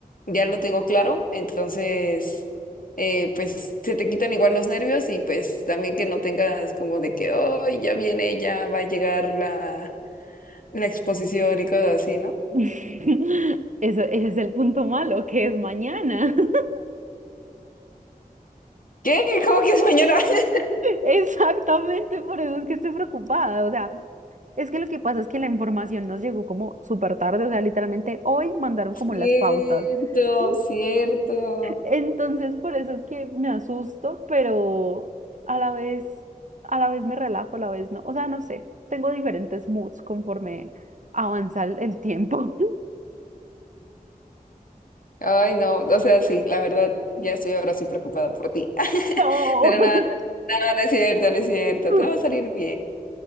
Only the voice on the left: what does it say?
ya lo tengo claro, entonces eh, pues se te quitan igual los nervios y pues también que no tengas como de que, oh, ya viene, ya va a llegar la, la exposición y cosas así, ¿no?
¿Qué? ¿Cómo que es mañana? <laughs>
Cierto,
cierto.
Ay, no, o sea, sí, la verdad, ya estoy ahora sí preocupada por ti. <laughs>
Pero nada, nada, no es cierto, no es cierto,
todo va a salir bien.